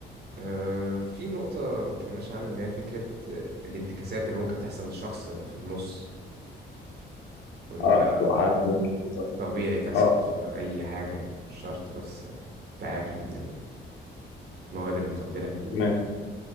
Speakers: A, on the right; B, on the left.
A: آه، في نقطة ما اتكلمناش عنها إن هي فكرة الانتكاسات اللي ممكن تحصل للشخص في النص وإن
B: اه
A: ده
B: وقعت ممكن
A: طبيعي تحصل
B: اه
A: في أي حاجة مش شرط بس تعافي من المواد المخدرة
B: إدمان